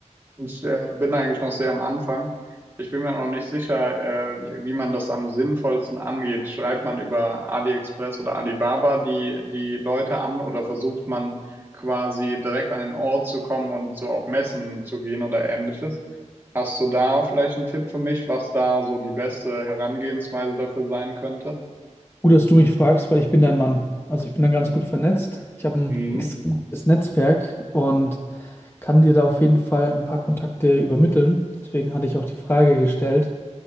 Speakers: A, on the right; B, on the left.
A: Ich äh, bin eigentlich noch sehr am Anfang. Ich bin mir auch noch nicht sicher, äh, wie, wie man das am sinnvollsten angeht. Schreibt man über AliExpress oder Alibaba die, die Leute an oder versucht man quasi direkt an den Ort zu kommen und so auf Messen zu gehen oder ähnliches? Hast du da vielleicht einen Tipp für mich, was da so die beste Herangehensweise dafür sein könnte?
B: Gut, dass du mich fragst, weil ich bin dein Mann. Also ich bin da ganz gut vernetzt. Ich habe ein
A: Mhm.
B: extremes Netzwerk und kann dir da auf jeden Fall ein paar Kontakte übermitteln. Deswegen hatte ich auch die Frage gestellt,